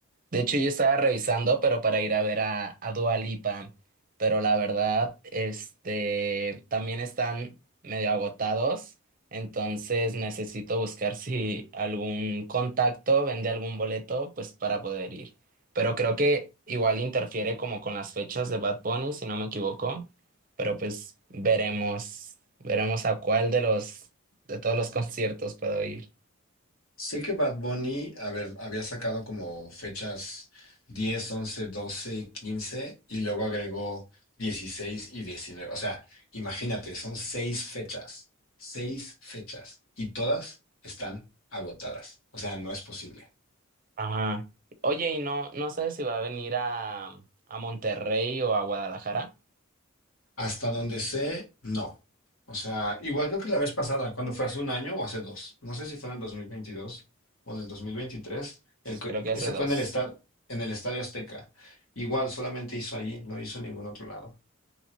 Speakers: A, on the right (about 40°); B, on the left (about 70°).
A: De hecho, yo estaba revisando, pero para ir a ver a, a Dua Lipa, pero la verdad, este, también están medio agotados, entonces necesito buscar <laughs> si algún contacto vende algún boleto, pues para poder ir. Pero creo que igual interfiere como con las fechas de Bad Bunny, si no me equivoco, pero pues veremos, veremos a cuál de los, de todos los <laughs> conciertos puedo ir.
B: Sé que Bad Bunny, a ver, había sacado como fechas 10, 11, 12, 15 y luego agregó 16 y 19. O sea, imagínate, son seis fechas, seis fechas y todas están agotadas. O sea, no es posible.
A: Ajá. Oye, y no, no sé si va a venir a, a Monterrey o a Guadalajara.
B: Hasta donde sé, no. O sea, igual creo que la vez pasada, cuando fue hace un año o hace dos, no sé si fue en el 2022 o en el 2023, el, que-
A: Creo que hace
B: ese
A: dos.
B: fue en el estadio, en el Estadio Azteca. Igual solamente hizo allí, no hizo en ningún otro lado.